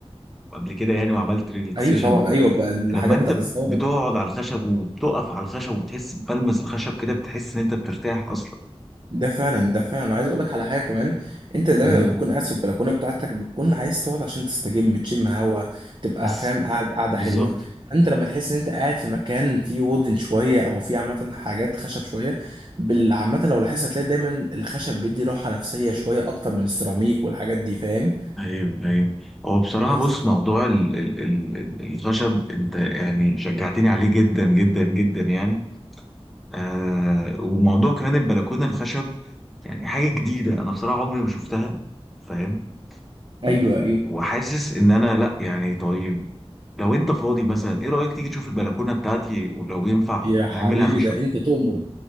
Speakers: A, in the centre; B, on the right.
A: وقبل كده يعني وعملت ريلاكسيشن
B: ايوه طبعا ايوه بقى الحاجات
A: لما انت
B: بتاعت
A: بت-
B: الساونا
A: بتقعد على الخشب وبتقف على الخشب وبتحس بلمس الخشب كده بتحس ان انت بترتاح اصلا
B: ده فعلا ده فعلا انا عايز اقول لك على حاجه كمان انت دايما
A: مم.
B: لما بتكون قاعد في البلكونه بتاعتك بتكون عايز تقعد عشان تستجم تشم هوا تبقى
A: بس
B: فاهم قاعد قاعده
A: بالظبط
B: حلوه انت لما تحس ان انت قاعد في مكان فيه وودن شويه او فيه عامه حاجات خشب شويه بال- عامه لو لاحظت هتلاقي دايما الخشب بيدي راحه نفسيه شويه اكتر من السيراميك والحاجات دي فاهم
A: ايوه ايوه هو بصراحه
B: بس
A: بص موضوع ال ال ال ال- الخشب انت يعني شجعتني عليه جدا جدا جدا يعني آه وموضوع كمان البلكونه الخشب يعني حاجه جديده انا بصراحه عمري ما شفتها فاهم و-
B: ايوه ايوه
A: وحاسس ان انا لا يعني طيب لو انت فاضي مثلا ايه رايك تيجي تشوف البلكونه بتاعتي ولو ينفع
B: يا حبيبي
A: نعملها خشب
B: ده انت تؤمر